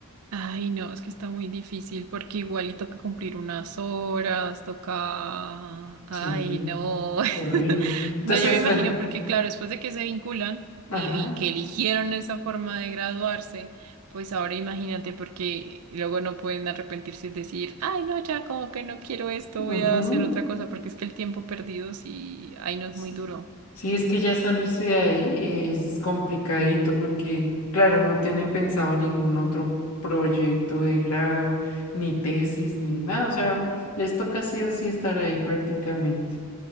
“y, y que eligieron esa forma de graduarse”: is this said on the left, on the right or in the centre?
Right